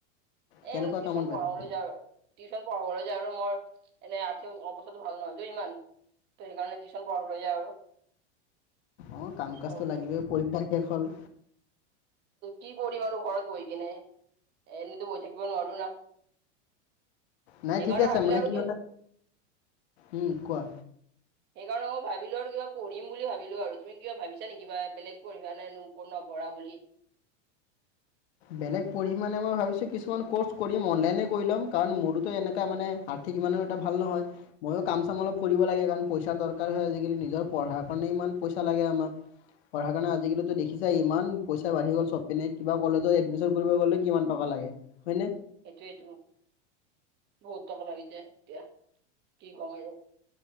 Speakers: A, on the right; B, on the left.
A: এ
B: কেনেকুৱা
A: এনেই টিউশন
B: কামত
A: পঢ়াবলৈ
B: ব্যস্ত
A: যাওঁ। টিউশচন পঢ়াবলৈ যাওঁ আৰু মই। এনে আৰ্থিক অৱস্থাটো ভাল নহয়তো ইমান। ত' সেইকাৰণে টিউচন পঢ়াব লাগে আৰু।
B: অ কাম-কাজটো
A: সেইটো কাৰণে
B: লাগিবই। পৰীক্ষা শেষ হ'ল।
A: কি কৰিম আৰু ঘৰত বহি কিনে। এনেতো বহি থাকিব নোৱাৰো না।
B: নাই
A: সেইকাৰণে
B: ঠিক আছে।
A: ভাবিলো
B: মানে।
A: আৰু
B: কি? উম কোৱা
A: সেইকাৰণে মই ভাবিলো আৰু কিবা পঢ়িম বুলি ভাবিলো আৰু। তুমি কা ভাবিছা নেকি বা বেলেগ পঢ়িবা নাই ন প নপৰা বুলি
B: বেলেগ পঢ়ি মানে মই ভাবিছো কিছুমান কৰ্চ কৰিম। অনলাইনে কৰি ল'ম। কাৰণ মোৰতো এনে মানে ঠিক ইমান এটা ভাল নহয়। ময়ো কাম-চাম অলপ কৰিব লাগে। কাৰণ পইচাৰ দৰকাৰ হয় আজিকালি। নিজৰ পঢ়াৰ কাৰণেই পইচা লাগে আমাক। পঢ়াৰ কাৰণে আজিকালিটো দেখিছাই ইমান পইচা বাঢ়ি গ'ল চবপিনে কিবা কলেজত এডমিচন কৰিব গলে কিমান টকা লাগে। হয়নে
A: এইটোয়েইটো বহুত টকা লয় যে। এতিয়া কি কম আৰু!